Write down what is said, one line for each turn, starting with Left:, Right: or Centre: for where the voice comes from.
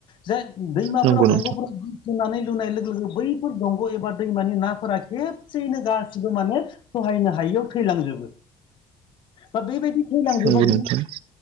Left: जाय दैमाफोराव
Right: नंगौ
Left: दंग'फोराव
Right: नोंथां
Left: बिदि बिस लुनानै लोगो लोगो बैफोर दंग' एबा दैमानि नाफोरा खेबसेयैनो गासिबो माने सहायनो हायियाव थैलांजोबो। दा बेबायदि थैलांजोबबा
Right: नंगौ नोंथां